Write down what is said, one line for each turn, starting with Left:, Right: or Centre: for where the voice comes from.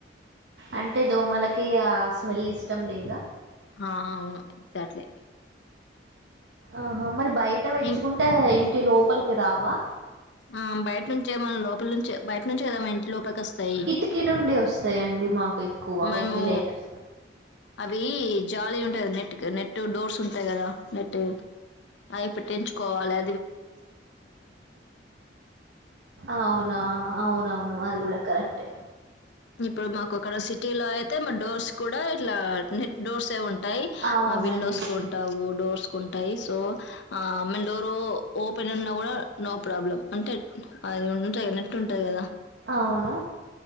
Right: అంటే దోమలకి ఆ స్మెల్ ఇష్టం లేదా
Left: ఆ అవును సర్లే
Right: ఆహా మరి బయట పెంచుకుంటే
Left: ఇం
Right: ఇంటి లోపల్కి రావా
Left: ఉమ్ బయట నుంచే మన లోపలి నుంచే బయట నుంచే గదా మన ఇంటి లోపలికొస్తాయి
Right: కిటికీ నుండి వస్తాయండి మాకు ఎక్కువ
Left: మీము
Right: వెంటిలేటర్స్
Left: అవి జాలీ ఉంటాయి గదా నెట్ నెట్ డోర్స్ ఉంటాయి గదా నెట్ అవి పెట్టించుకోవాలే
Right: అవున అవునవును అది కూడా కరక్టే
Left: ఇప్పుడు మాకుక్కడ సిటీ లో అయితే మా డోర్స్ కూడా ఇట్లా నెట్ డోర్స్ యే ఉంటాయి టాయ్
Right: అవునండి
Left: అవి విండోస్ కు ఉంటావు డోర్స్ ఉంటాయి సో ఆ మళ్ళ డోర్ ఓపె లున్నా గూడా నో ప్రాబ్లం అంటే అది ఉంటాయ్ కదా నెట్ ఉంటది గదా
Right: అవును